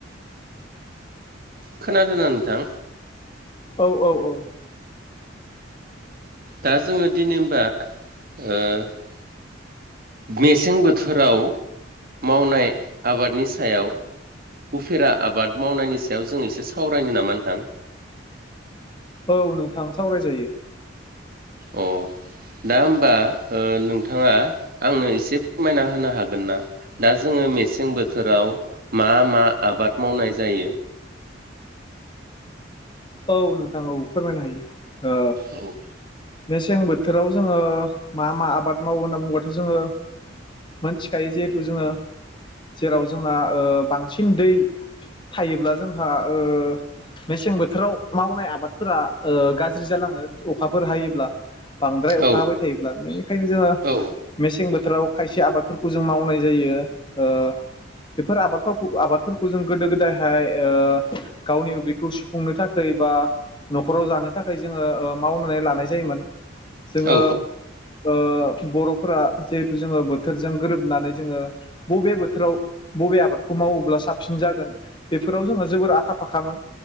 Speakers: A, on the right (about 50°); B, on the left (about 25°).
A: खोनादोंना नोंथां
B: औ औ औ
A: दा जोङो दिनै होनबा ओ मेसें बोथोराव मावनाय आबादनि सायाव उफेरा आबाद मावनायनि सायाव जों एसे सावरायनो नामा नोंथां
B: औ नोंथां सावरायजायो
A: औ दा होमबा ओ नोंथाङा आंनो एसे फोरमायना होनो हागोन ना दा जोङो ओ मेसें बोथोराव मा मा आबाद मावनाय जायो।
B: औ नोंथां औ फोरमायनो हायो ओ
A: औ
B: मेसें बोथोर बोथोराव जोङो मा मा आबाद मावो होनना बुङबाथ' जोङो मोनथिखायो जिहेथु जोङो जेराव जोंहा ओ बांसिन दै थायोब्ला जोंहा ओ मेसें बोथोराव मावनाय आबादफोरा ओ गाज्रि जालाङो अखाफोर हायोब्ला बांद्राय अखा
A: औ
B: हाबाय थायोब्ला बेनिखायनो जोङो
A: औ
B: मेसें बोथोर बोथोराव खायसे आबादफोरखौ जों मावनाय जायो ओ बेफोर आबाद आबादफोरखौ जों गोदो गोदायहाय ओ गावनि उदैखौ सुफुंनो थाखाय थाखाबा न'खराव जानो थाखाय जोङो ओ मावनानै लानाय जायोमोन जोङो
A: औ
B: ओ बर'फोरा जिहेथु जोङो बोथोरजों गोरोबनानै जोङो बबे बोथोराव बबे आबादखौ मावोब्ला साबसिन जागोन बेफोराव जोंहा जोबोर आखा फाखामोन